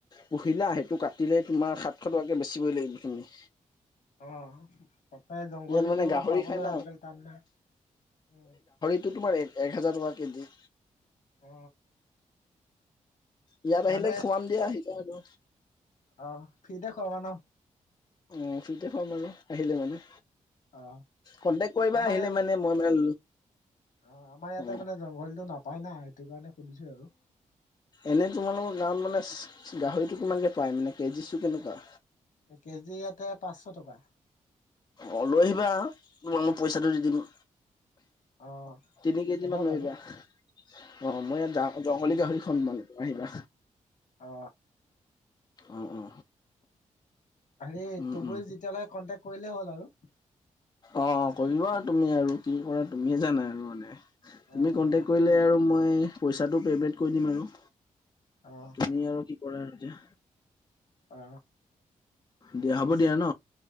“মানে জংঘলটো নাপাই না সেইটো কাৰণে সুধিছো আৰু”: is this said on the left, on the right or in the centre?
Left